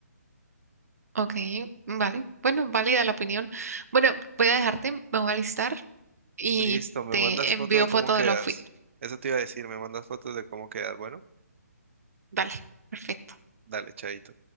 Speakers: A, on the right; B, on the right.
A: Ok, vale. Bueno, válida la opinión. Bueno, voy a dejarte, me voy a listar y
B: Listo, me
A: te
B: mandas
A: envío
B: foto de
A: foto
B: cómo quedas.
A: del outfit.
B: Eso te iba a decir, me mandas fotos de cómo quedas. Bueno,
A: Vale, perfecto.
B: dale, chaito.